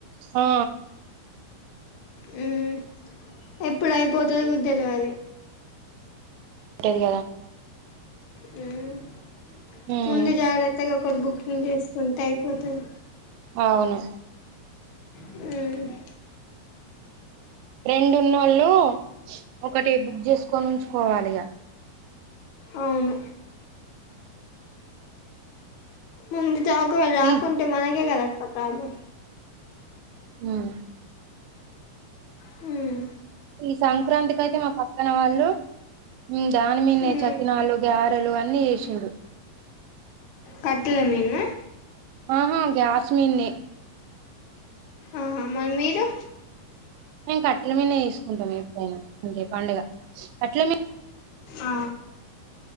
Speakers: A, on the right; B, on the left.
A: ఆ
B: హ్మ్ ఎప్పుడు అయిపోతదో కూడా తెల్వదు
A: తేది కదా
B: మ్మ్
A: ఉమ్
B: ముందు జాగ్రత్తగా ఒకరు బుక్కింగ్ చేసుకుంటే అయి పోతది
A: అవును
B: హ్మ్
A: రెండున్నోళ్ళు ఒకటి బుక్ చేసుకొని ఉంచుకోవాలిగా
B: అవును ముంద్ చాగురాకుంటే
A: ఈ
B: మనకే కదా సత్తాను
A: హ్మ్
B: మ్మ్
A: ఈ సంక్రాంతికైతే మా పక్కన వాళ్ళు మ్మ్ దాన్ మీందే
B: మ్మ్
A: చకినాలు గ్యా టలు అన్నీ ఏసిండు
B: కట్టెల మీన్న
A: ఆహా గ్యాస్ మీన్నే
B: ఆహా మరి మీరు
A: ఏంకాద్ ఎట్ల మీద ఏసుకుంటాం ఎప్పుడైనా అంటే పండుగ అట్లనే
B: ఆ